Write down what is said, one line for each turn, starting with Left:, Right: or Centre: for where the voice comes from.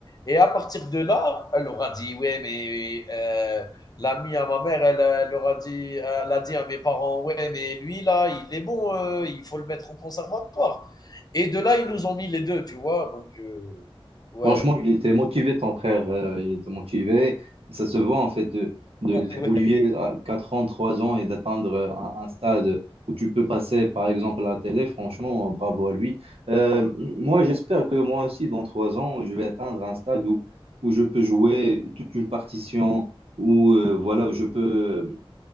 Left: Et à partir de là, elle leur a dit, ouais, mais euh, l'ami à ma mère, elle, elle leur a dit, elle a dit à mes parents, ouais, mais lui, là, il est bon, euh, il faut le mettre au conservatoire. Et de là, ils nous ont mis les 2, tu vois? Donc, heu, ouais,
Right: Franchement, il était motivé, ton frère. euh, il était motivé. Ça se voit, en fait, de, de- d'évoluer
Left: ouais,
Right: à 4 ans, trois ans et d'atteindre euh, un, un stade où tu peux passer, par exemple, à la télé. Franchement, bravo à lui. Euh, moi, j'espère que moi aussi, dans 3 ans, je vais atteindre un stade où, où je peux jouer toute une partition, où, euh, voilà, où je peux